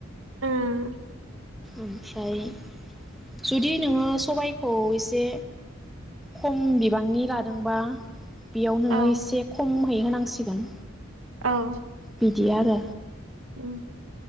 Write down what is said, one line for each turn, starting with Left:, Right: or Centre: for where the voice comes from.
Right: ओं
Centre: ओमफ्राय। जुदि नोङो सबायखौ एसे खम बिबांनि लादोंबा। बेयाव नोङो
Right: औ
Centre: एसे खम है। होनांसिगोन
Right: औ
Centre: बिदि आरो
Right: उम